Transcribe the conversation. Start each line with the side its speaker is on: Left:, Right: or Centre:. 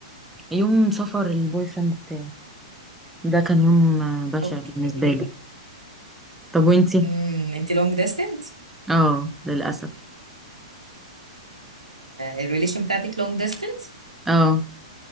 Centre: يوم سفر البوي فريند بتاعي ده كان يوم آه، بشع
Right: اوكي
Centre: بالنسبة لي طب وانتي
Right: امم انت لونج ديستنس
Centre: اه للاسف
Right: الريليشن بتاعتك لونج ديستنس
Centre: اه